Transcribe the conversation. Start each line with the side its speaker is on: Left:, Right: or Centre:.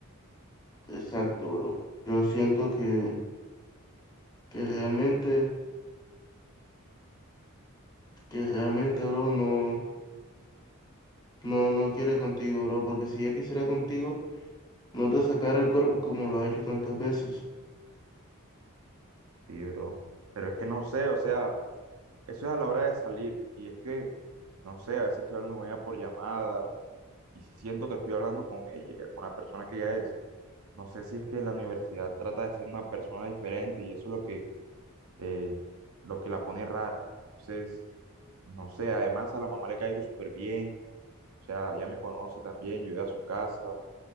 Left: Exacto, bro. Yo siento que, que realmente, que realmente, bro, no, no, no quiere contigo, bro, porque si ya quisiera contigo No te sacara el cuerpo como lo ha hecho tantas veces.
Right: Sí, bro. Pero es que no sé, o sea, eso es a la hora de salir. Y es que, no sé, a veces estoy hablando con ella por llamadas y si siento que estoy hablando con ella, con la persona que ella es. No sé si es que la universidad trata de ser una persona diferente y eso es lo que, eh, lo que la pone rara. Entonces, no sé, además a la mamá le caigo súper bien, o sea, ya me conoce también, yo voy a su casa